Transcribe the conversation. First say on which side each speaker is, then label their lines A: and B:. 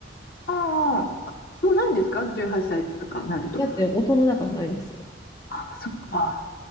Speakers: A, on the left (about 50°); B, on the left (about 20°).
A: ああ、もうないんですか ?18 歳とかなると。
B: だって大人だからないんですよ。
A: あ、そっか。